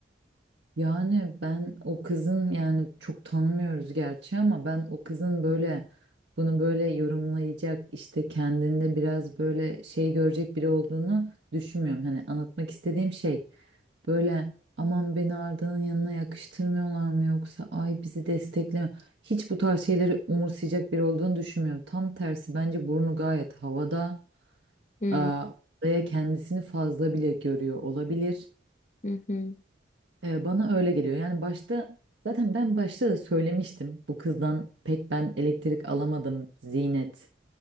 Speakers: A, on the right; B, on the left.
A: Yani ben o kızın yani çok tanımıyoruz gerçi ama ben o kızın böyle bunu böyle yorumlayacak işte kendinde biraz böyle şey görecek biri olduğunu düşünmüyorum. Hani anlatmak istediğim şey böyle aman beni Arda'nın yanına yakıştırmıyorlar mı yoksa ay bizi destekleme. Hiç bu tarz şeyleri umursayacak biri olduğunu düşünmüyorum. Tam tersi bence burnu gayet havada.
B: Hı
A: Aa, Arda'ya kendisini fazla bile görüyor olabilir.
B: hı. hı.
A: Ee, bana öyle geliyor. Yani başta zaten ben başta da söylemiştim. Bu kızdan pek ben elektrik alamadım Zinet.